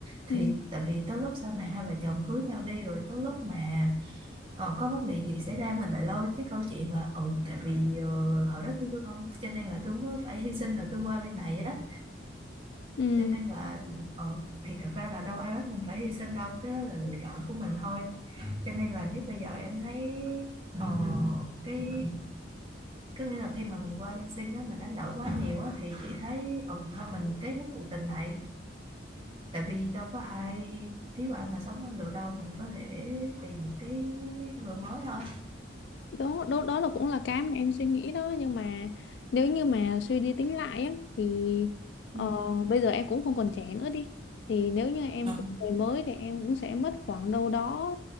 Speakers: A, on the right (about 30°); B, on the left (about 65°).
A: thì
B: Ừ.
A: tại vì tới lúc sau này hai vợ chồng cưới nhau đi rồi tới lúc mà ờ, có vấn đề gì xảy ra mình lại lôi cái câu chuyện là ừ tại vì ờ, hồi đó tôi thương ông cho nên là tôi mới phải <laughs> hy sinh rồi tôi qua bên này á
B: Ừ.
A: cho nên là ờ, thì thật ra là đâu ai bắt mình phải hy sinh đâu cái đó là lựa chọn của mình thôi cho nên là nếu bây giờ em thấy ờ, cái có nghĩa là khi mà mình qua bên Sing á mình đánh đổi quá nhiều á thì chị thấy ờ, thôi mình kết thúc cuộc tình này tại vì đâu có ai thiếu anh mà sống không được đâu mình có thể tìm một cái người mới thôi
B: đó đó đó là cũng là cái mà em suy nghĩ đó nhưng mà nếu như mà suy đi tính lại á thì ờ,
A: Ừ.
B: bây giờ em cũng không còn trẻ nữa đi thì nếu như em
A: Ờ.
B: quen người mới thì em cũng sẽ mất khoảng đâu đó